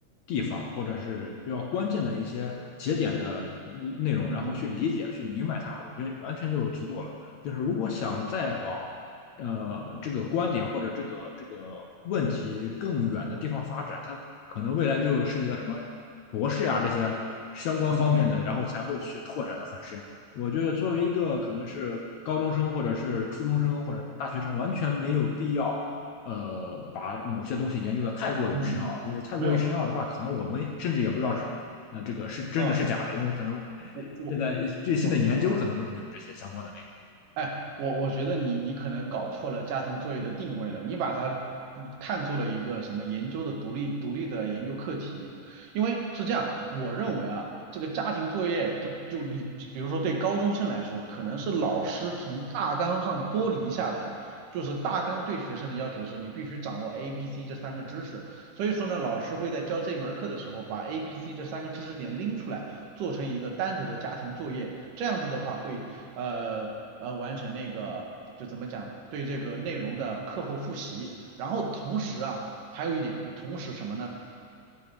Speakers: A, on the left (about 70°); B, on the right (about 75°).
A: 地方，或者是比较关键的一些节点的嗯内容，
B: 嗯嗯
A: 然后去理解、去明白它，我觉得完全就足够了。就是如果想再往呃这个观点或者这个这个问题更远的地方发展，它可能未来就涉及到什么博士呀、这些相关方面的，
B: 嗯嗯
A: 然后才会去拓展的很深。我觉得作为一个可能是高中生或者是初中生或者是大学生，完全没有必要。呃，把某些东西研究的太过于深奥，
B: 嗯嗯，
A: 因为太过于深奥的话，
B: 没有，
A: 可能我们甚至也不知道是，呃，这个是真的是假的，
B: 嗯，
A: 因为可能呃
B: 我我我嗯。
A: 现在最新的研究可能都没有这些相关的
B: 哎，我我觉得你你可能搞错了家庭作业的定位了，你把它嗯看作了一个什么研究的独立独立的研究课题，因为是这样，我认为啊，这个家庭作业，就就你比如说对高中生来说，可能是老师从大纲上剥离下来，就是大纲对学生的要求是你必须掌握 A、B、C 这三个知识，所以说呢，老师会在教这门课的时候把 A、B、C 这三个知识点拎出来。做成一个单独的家庭作业，这样子的话会呃呃完成那个就怎么讲对这个内容的课后复习，然后同时啊还有一点就同时什么呢？